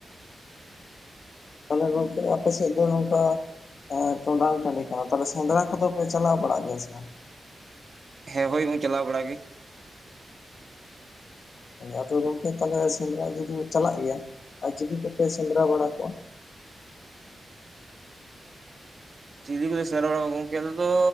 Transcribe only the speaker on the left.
ᱛᱟᱦᱚᱞᱮ ᱜᱚᱢᱠᱮ ᱟᱯᱮ ᱥᱮᱫ ᱫᱚ ᱱᱚᱝᱠᱟ ᱴᱚᱸᱰᱟᱝ ᱴᱟᱺᱰᱤ ᱠᱟᱱᱟ ᱛᱚ ᱛᱟᱦᱞᱮ ᱥᱮᱸᱫᱽᱨᱟ ᱠᱚ ᱫᱚ ᱯᱮ ᱪᱟᱞᱟᱣ ᱵᱟᱲᱟᱜ ᱜᱮᱭᱟ ᱥᱮ ᱵᱟᱝ?
ᱟᱫᱚ ᱜᱚᱢᱠᱮ ᱛᱟᱦᱚᱞᱮ ᱥᱮᱸᱫᱽᱨᱟ ᱡᱩᱫᱤᱢ ᱪᱟᱞᱟᱜ ᱜᱮᱭᱟ ᱟᱨ ᱪᱤᱞᱤ ᱠᱚᱯᱮ ᱥᱮᱸᱫᱽᱨᱟ ᱵᱟᱲᱟ ᱠᱚᱣᱟ?